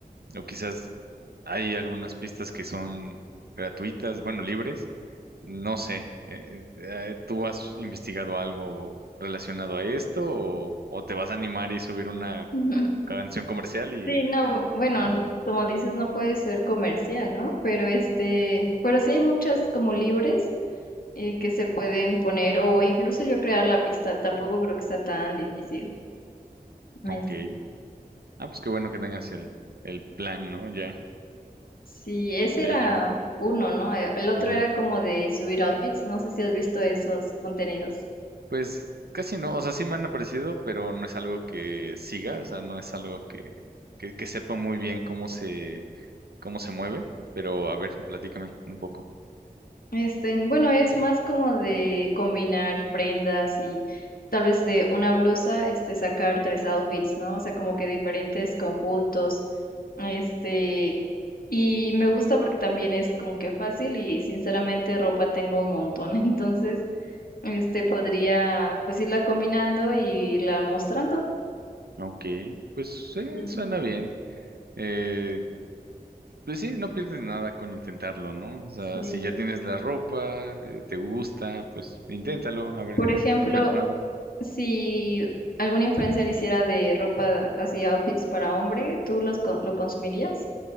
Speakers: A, on the right (about 80°); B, on the left (about 65°).
A: o quizás hay algunas pistas que son gratuitas, bueno, libres, no sé, eh, eh, ¿tú has investigado algo relacionado a esto o, o te vas a animar y subir una
B: <laughs>
A: canción comercial y,
B: Sí, no, bueno,
A: y
B: como dices, no puede ser comercial, ¿no? Pero este, pero sí hay muchas como libres eh, que se pueden poner o incluso yo crear la pista, tampoco creo que está tan difícil. Es-
A: ok, Ah, pues qué bueno que tengas el, el plan, ¿no? Ya,
B: sí, ese
A: de
B: era
A: hecho.
B: uno, ¿no? Eh, El otro
A: Ujú.
B: era como de subir outfits, no sé si has visto esos contenidos.
A: Pues casi no, o sea, sí me han aparecido, pero no es algo que siga, o sea, no es algo que, que, que sepa muy bien cómo se, cómo se mueve, pero a ver, platícame un poco.
B: Este, bueno, es más como de combinar prendas y tal vez de una blusa, este, sacar tres outfits, ¿no? O sea, como que diferentes conjuntos. Este, y me gusta porque también es como que fácil y sinceramente ropa tengo un montón, <laughs> entonces, este, podría pues irla combinando y irla mostrando.
A: Ok, pues sí,
B: Sí,
A: suena bien. Eh, pues sí, no pierdes nada con intentarlo, ¿no? O sea,
B: sí.
A: si ya tienes la ropa, eh, te gusta, pues inténtalo, a ver,
B: Por ejemplo,
A: no pierdes nada.
B: si alguna influencer hiciera de ropa así outfits para hombre, ¿tú los co- lo consumirías?